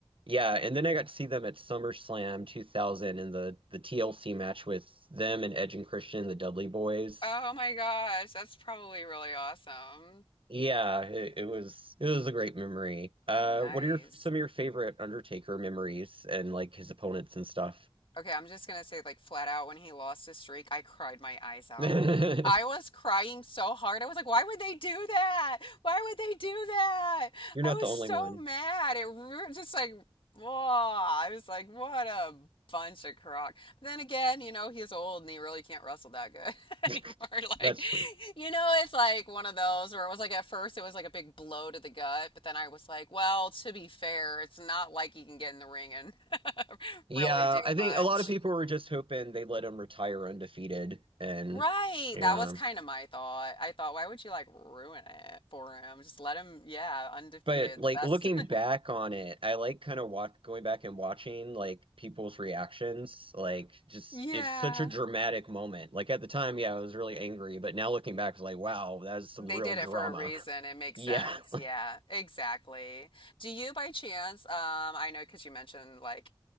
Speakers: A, on the right (about 70°); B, on the left (about 70°).
A: yeah, and then I got to see them at SummerSlam 2000 in the the TLC match with them and Edge and Christian, the Dudley Boys.
B: Oh my gosh, that's probably really awesome.
A: Yeah, it, it was it was a great memory. Uh,
B: Nice.
A: what are your some of your favorite Undertaker memories and like his opponents and stuff?
B: Okay, I'm just gonna say, like, flat out, when he lost his streak, I cried my eyes out.
A: <laughs> You're
B: I was crying so hard. I was like, why would they do that? Why would they do that?
A: not
B: I was
A: the only
B: so
A: one.
B: mad. It ru just like, whoa. I was like, what a bunch of crock. But then again, you know, he's old and he really can't wrestle that good <laughs>
A: <laughs>
B: anymore. Like,
A: That's true.
B: you know, it's like one of those where it was like, at first, it was like a big blow to the gut. But then I was like, well, to be fair, it's not like he can get in the ring and <laughs>
A: Yeah,
B: really do
A: I think
B: much.
A: a lot of people were just hoping they let him retire undefeated and
B: Right.
A: yeah.
B: That was kind of my thought. I thought, why would you like ruin it for him? Just let him, yeah, undefeated,
A: But like
B: the best.
A: looking back
B: <laughs>
A: on it, I like kind of watch going back and watching like people's reactions. Like just
B: Yeah.
A: it's such a dramatic moment. Like at the time, yeah, I was really angry, but now looking back, it's like, wow, that is some
B: They
A: real
B: did
A: drama.
B: it for a reason.
A: <laughs>
B: It makes
A: Yeah,
B: sense.
A: <laughs> like
B: Yeah, exactly. Do you by chance, um, I know because you mentioned like,